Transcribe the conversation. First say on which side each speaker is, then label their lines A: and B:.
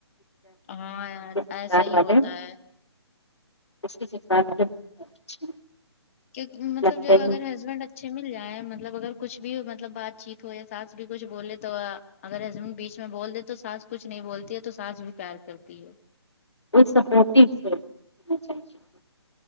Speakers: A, on the left; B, on the left.
A: ہاں یار
B: سسرال
A: ایسا ہی
B: والے
A: ہوتا ہے
B: اس کی سسرال والے بہت اچہے ہیں
A: کے مطلب
B: لگتے
A: جب اگر
B: ہی
A: ہسبینڈ اچھ اچھے مل جائیں مطلب اگر کچھ بھی مطلب بات چیت ہو یا ساس بھی کچھ بولے تو آ اگر ہسبنڈ بیچ میں بول دے تو ساس کچھ نہیں بولتی ہے تو ساس بھی پیار کرتی ہے
B: اس سپوٹیو سے اچھا اچھا